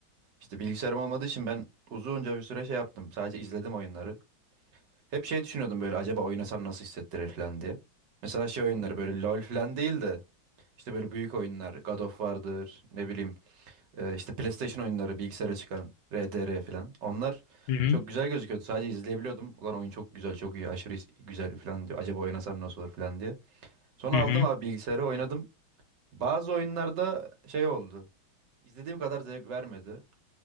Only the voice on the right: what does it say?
İşte bilgisayarım olmadığı için ben uzunca bir süre şey yaptım. Sadece izledim oyunları. Hep şey düşünüyordum böyle acaba oynasam nasıl hissettirir falan diye. Mesela şey oyunları böyle LoL falan değil de işte böyle büyük oyunlar. God of War'dır ne bileyim e, işte PlayStation oyunları bilgisayara çıkan RDR falan. Onlar
çok güzel gözüküyordu. Sadece izleyebiliyordum. Ulan oyun çok güzel çok iyi aşırı is- güzel falan diyor. Acaba oynasam nasıl olur falan diye. Sonra
aldım
abi bilgisayarı oynadım. Bazı oyunlarda şey oldu. İzlediğim kadar zevk vermedi.